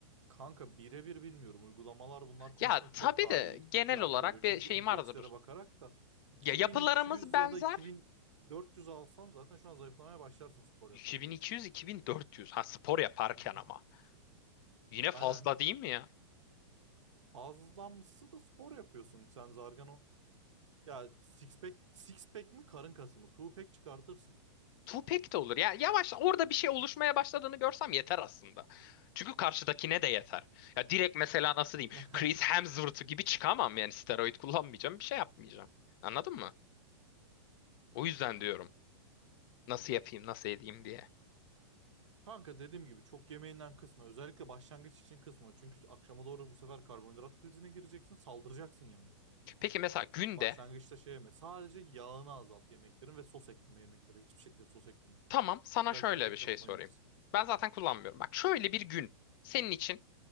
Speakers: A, on the right; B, on the left.
A: Kanka birebir bilmiyorum. Uygulamalar bunlar konusunda
B: Ya tabii
A: çok daha
B: de
A: iyi
B: genel
A: cevap
B: olarak
A: veriyor.
B: bir
A: Çünkü
B: şeyim
A: indekslere
B: vardır.
A: bakarak da 2200
B: Ya yapılarımız benzer.
A: ya da 2400 alsan zaten şu an zayıflamaya başlarsın spor yaparken.
B: 2200-2400. Ha spor yaparken
A: Hı hı.
B: ama. Yine
A: Aynen
B: fazla
A: aynen.
B: değil mi ya?
A: Fazlamsı da spor yapıyorsun. Sen zargan o. Ya six pack, six pack mi karın kası mı? Two pack çıkartırsın.
B: Tupac de olur. Ya yavaş orada bir şey oluşmaya başladığını görsem yeter aslında. Çünkü karşıdakine de yeter. Ya direkt mesela nasıl diyeyim?
A: <laughs>
B: Chris Hemsworth gibi çıkamam yani steroid kullanmayacağım, bir şey yapmayacağım. Anladın mı? O yüzden diyorum. Nasıl yapayım, nasıl edeyim diye.
A: Kanka dediğim gibi çok yemeğinden kısma. Özellikle başlangıç için kısma. Çünkü akşama doğru bu sefer karbonhidrat krizine gireceksin. Saldıracaksın yemeğe.
B: Peki mesela günde
A: Başlangıçta şey yeme. Sadece yağını azalt yemeklerin ve sos ekleme yemeklere. Hiçbir şekilde sos ekleme.
B: tamam sana
A: Özellikle
B: şöyle
A: ketçap
B: bir şey
A: mayonez.
B: sorayım. Ben zaten kullanmıyorum. Bak şöyle bir gün senin için